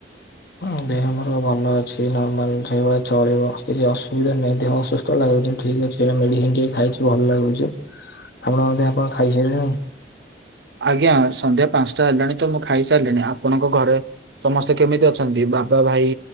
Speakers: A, on the left (about 55°); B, on the right (about 65°).
A: ହୁଁ ଦେହ ମୋର ଭଲ ଅଛି ନର୍ମାଲ୍ ସେଇଭଳିଆ ଚଳିବ କିଛି ଅସୁବିଧା ନାହିଁ ଦେହ ଅସୁ ତ ଲାଗୁଛି ଠିକ୍ ଅଛି ଏଇଟା ମେଡିସିନ୍ ଟିକେ ଖାଇଛି ଭଲ ଲାଗୁଛି ଆପଣ ଦେ ଆପଣ ଖାଇ ସାରିଲେଣି?
B: ଆଜ୍ଞା ସନ୍ଧ୍ୟା ପାଞ୍ଚଟା ହେଲାଣି ତ ମୁଁ ଖାଇ ସାରିଲିଣି ଆପଣଙ୍କ ଘରେ ସମସ୍ତେ କେମିତି ଅଛନ୍ତି ବାବା ଭାଇ